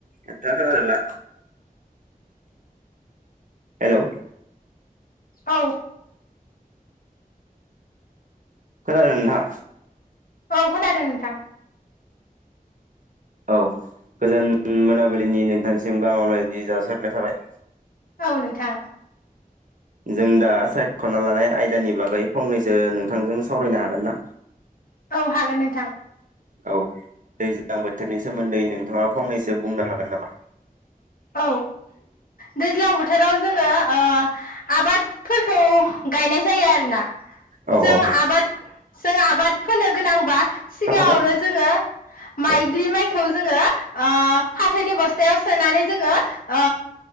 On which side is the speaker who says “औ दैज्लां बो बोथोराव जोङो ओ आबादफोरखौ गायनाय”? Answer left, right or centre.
Left